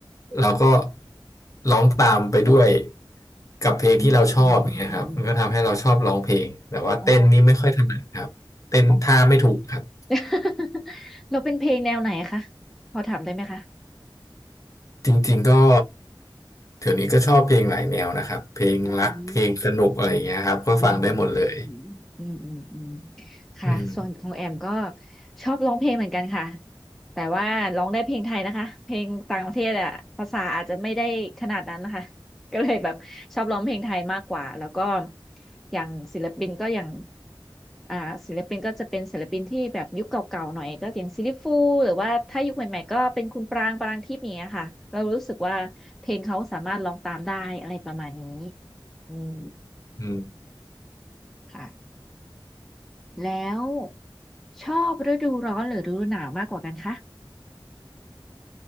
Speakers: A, on the left; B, in the centre.
A: เราก็ร้องตามไปด้วยกับเพลงที่เราชอบอย่างเงี้ยครับมันก็ทำให้เราชอบร้องเพลงแต่ว่าเต้นนี่ไม่ค่อยถนัดครับเต้นท่าไม่ถูกครับ
B: อืมอืมอืมอ๋ออ๋อ <laughs> เราเป็นเพลงแนวไหนคะพอถามได้ไหมคะ
A: จริงๆก็เดี๋ยวนี้ก็ชอบเพลงหลายแนวนะครับเพลงรักเพลงสนุกอะไรอย่างเงี้ยครับก็ฟังได้หมดเลย
B: อ่าอ๋ออืมอืมอืมค่ะส่วนของแอมก็
A: อืม
B: ชอบร้องเพลงเหมือนกันค่ะ แต่ว่าร้องได้เพลงไทยนะคะ เพลงต่างประเทศอะภาษาอาจจะไม่ได้ขนาดนั้นนะคะก็เลยแบบชอบร้องเพลงไทยมากกว่าแล้วก็อย่างศิลปินก็อย่างอ่าศิลปินก็จะเป็นศิลปินที่แบบยุคเก่าๆหน่อยก็อย่างซิลลิฟูหรือว่าถ้ายุคใหม่ๆก็เป็นคุณปรางปรางทิพย์อย่างเงี้ยค่ะเรารู้สึกว่าเพลงเขาสามารถร้องตามได้อะไรประมาณนี้อืม
A: อืม
B: ค่ะแล้วชอบฤดูร้อนหรือฤดูหนาวมากกว่ากันคะ